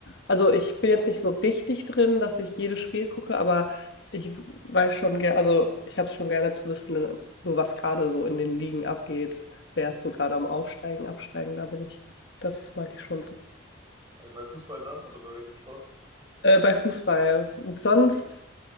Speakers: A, on the left; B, on the right.
A: Also ich bin jetzt nicht so richtig drin, dass ich jedes Spiel gucke, aber ich weiß schon gerne, also ich habe es schon gerne zu wissen, so was gerade so in den Ligen abgeht. Wer ist so gerade am Aufsteigen, Absteigen, da bin ich. Das mag ich schon so.
B: bei, bei Fußball dann oder bei welchem Sport?
A: Äh, bei Fußball. Sonst
B: Okay.